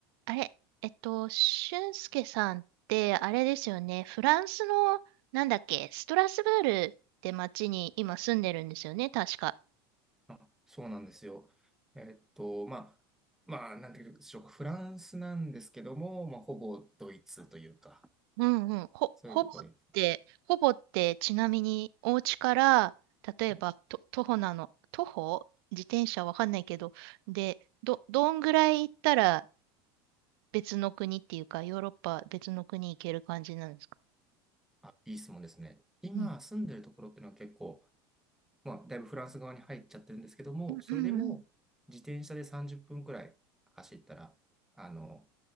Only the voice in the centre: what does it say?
あ、そうなんですよ。えっと、まあ、まあ、なんていうんでしょうか、フランスなんですけども、まあ、ほぼドイツというか、
そういうところに、
はい、
あ、いい質問ですね。今住んでるところっていうのは結構、
まあ、だいぶフランス側に入っちゃってるんですけども、
それでも自転車で30分くらい走ったら、あの、